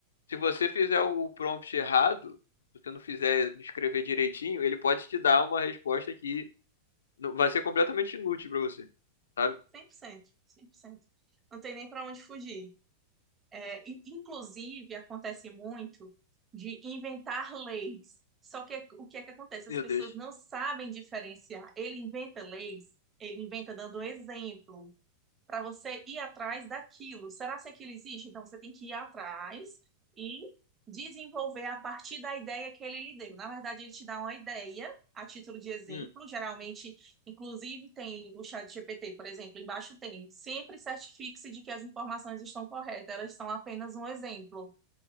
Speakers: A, on the left (about 65°); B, on the right (about 20°).
A: se você fizer o prompt errado, se você não fizer, não escrever direitinho, ele pode te dar uma resposta que não- vai ser completamente inútil para você, sabe?
B: cem cem por cento, cem por cento. Não tem nem para onde fugir. É, in- inclusive, acontece muito de inventar leis. Só que é, o que é que acontece?
A: Meu
B: As pessoas
A: Deus.
B: não sabem diferenciar. Ele inventa leis, ele inventa dando exemplo para você ir atrás daquilo. Será se aquilo existe? Então você tem que ir atrás e desenvolver a partir da ideia que ele lhe deu. Na verdade, ele te dá uma ideia a título de exemplo.
A: Hum,
B: Geralmente, inclusive, tem o chat GPT, por exemplo, embaixo tem. Sempre certifique-se de que as informações estão corretas, elas são apenas um exemplo.